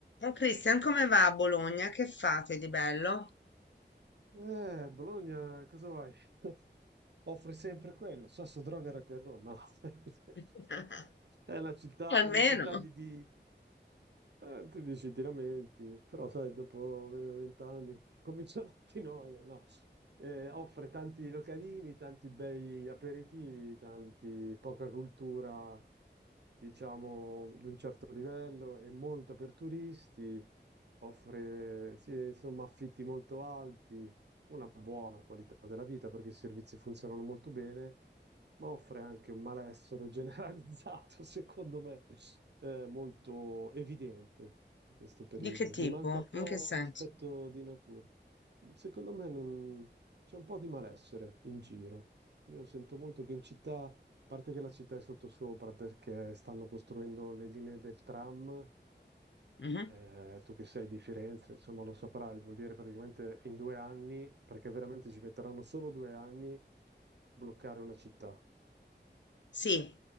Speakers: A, on the left (about 80°); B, on the right (about 70°).
A: Oh Cristian, come va a Bologna? Che fate di bello?
B: Eh, Bologna, cosa vuoi? <laughs> Offre sempre quello, sasso, droga, e rock and roll, no? <laughs>
A: <laughs>
B: È una città,
A: Almeno.
B: è una città di, di- eh, tu dici ti lamenti, però sai, dopo 20 anni comincia la ti <laughs> noia, no? Eh, offre tanti localini, tanti bei aperitivi, tanti, poca cultura, diciamo, di un certo livello e molta per turisti, offre, sì, insomma, affitti molto alti, una buona qualità della vita perché i servizi funzionano molto bene ma offre anche un malessere <laughs> generalizzato, secondo me, eh, molto evidente in questo periodo.
A: Di che tipo?
B: Gli manca un po'
A: In che senso?
B: l'aspetto di natura. Secondo me non- c'è un po' di malessere in giro. Io sento molto che in città, a parte che la città è sottosopra perché stanno costruendo le linee del tram,
A: Mhm.
B: eh, tu che sei di Firenze, insomma lo saprai, vuol dire praticamente in due anni, perché veramente ci metteranno solo due anni bloccare una città.
A: Sì.